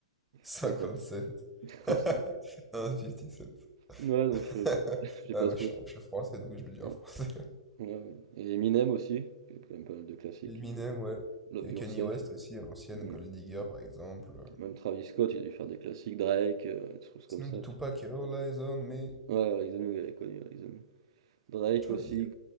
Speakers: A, in the centre; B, on the right.
A: 57.
B: 50. <laughs>
A: <laughs>
B: Oh, c'est bon.
A: Non, 57. <laughs>
B: Ouais, non, je, je- <laughs> j'ai pas
A: Ah ouais,
B: trop.
A: je suis, je suis français, donc je le dis
B: Ouais,
A: en français.
B: ouais. ouais. Et Eminem aussi, qui a quand même pas mal de
A: <laughs>
B: classiques.
A: Eminem, ouais.
B: Love
A: Il y a
B: Yourself.
A: Kanye West aussi, à l'ancienne,
B: Mm.
A: Gold Digger, par exemple. euh.
B: Même Travis Scott, il a dû faire des classiques. Drake, euh, des choses
A: Sinon,
B: comme ça.
A: de Tupac, All Eyes on Me.
B: Ouais, Rise the New, il est connu, Rise the New. Drake
A: Charlie.
B: aussi,